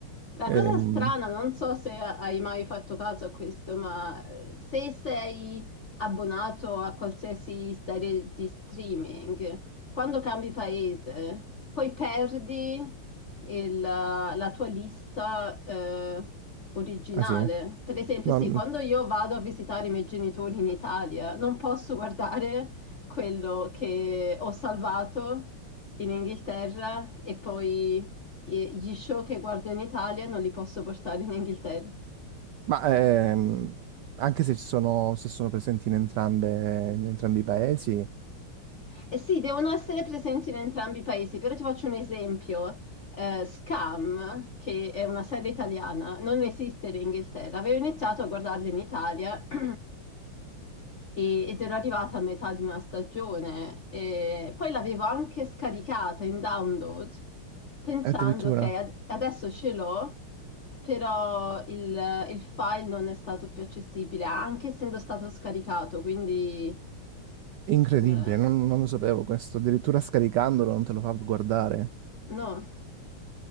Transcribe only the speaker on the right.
Ehm,
ah sì?
No,
n-
ma ehm, anche se ci sono, se sono presenti in entrambe, in entrambi i paesi,
addirittura
incredibile,
non, non lo sapevo questo. Addirittura scaricandolo non te lo fa guardare.